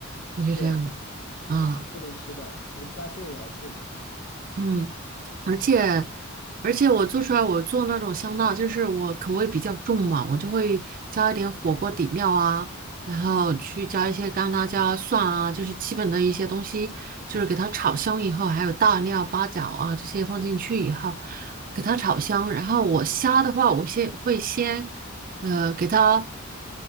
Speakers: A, on the right; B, on the left.
A: 我就这样的
B: 对，是不能吃的。
A: 啊，
B: 这个虾线也要处理的。
A: 嗯。而且而且我做出来，我做那种香辣，就是我口味比较重嘛，我就会加一点火锅底料啊，然后去加一些干辣椒、蒜啊，就是基本的一些东西，就是给它炒香以后，还有大料、八角啊这些放进去以后，给它炒香。然后我虾的话，我先会先呃给它。